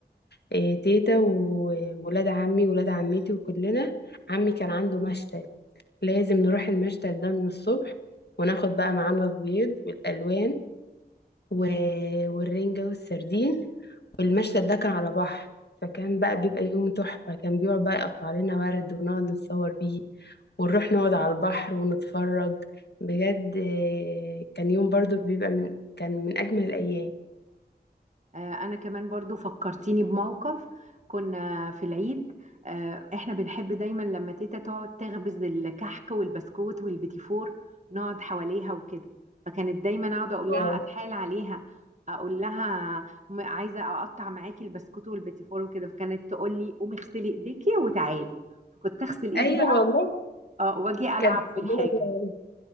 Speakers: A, on the left; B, on the right.
A: آه تيتا وولاد عمي وولاد عمتي وكلنا عمي كان عنده مشتل لازم نروح المشتل ده من الصبح وناخد بقى معانا البيض والألوان و... والرنجة والسردين والمشهد ده كان على بحر فكان بقى بيبقى يوم تحفة كان بيقعد بقى يقطع لنا ورد ونقعد نتصور بيه ونروح نقعد على البحر ونتفرج بجد آه، كان يوم برضو بيبقى من كان من أجمل الأيام
B: آه أنا كمان برضو فكرتيني بموقف كنا في العيد آه احنا بنحب دايما لما تيتا تقعد تخبز الكحك والبسكوت والبيتيفور نقعد حواليها وكده فكانت دايما اقعد اقول لها
A: اه
B: اتحايل عليها اقول لها م- عايزه اقطع معاكي البسكوت والبيتيفور وكده فكانت تقول لي قومي اغسلي ايديكي وتعالي فكنت اغسل ايدي
A: أيوة
B: بقى
A: والله
B: اه واجي العب
A: كان
B: في
A: بيدينا
B: الحاجه
A: كده-